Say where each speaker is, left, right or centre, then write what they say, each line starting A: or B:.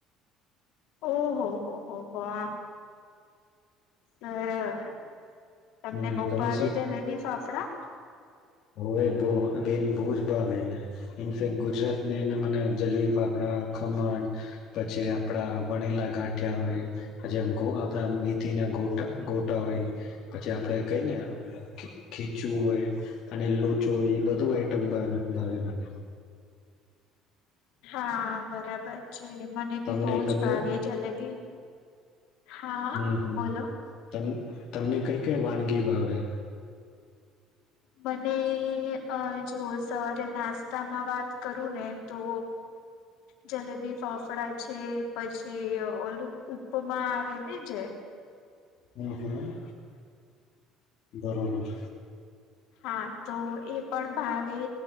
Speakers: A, on the left (about 65°); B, on the left (about 45°).
A: ઓહહો હો હો વાહ. બરાબર તમને
B: હમ,
A: બો
B: તમે
A: ભાવે જલેબી ફાફડા.
B: હોય બો બેન બો જ ભાવે એનેે ઇન્ફેક્ટ ગુજરાતને એને મને જલેબી ફાફડા ખમણ પછી આપડા વણેલા ગાંઠિયા હોય પછી ગો આપણા મેથી ના ગોટ ગોટા હોય પછી આપડે કેય ને ખીચયુ હોય. અને લોચો એ બધું આઈટમ ભાવે મને.
A: હા બરાબર છે. મને
B: તમને
A: બી બો
B: તમને
A: જ ભાવે જલેબી હા
B: હમ હમ
A: બોલો.
B: તમ તમને કઈ કઈ વાનગી ભાવે?
A: મને અ જુવો સવારે નાસ્તામાં વાત કરું ને તો જલેબી, ફાફડા છે પછી ઓલું ઉપમા આવે ને છે.
B: હમમ બરોબર.
A: હા તો એ પણ ભાવે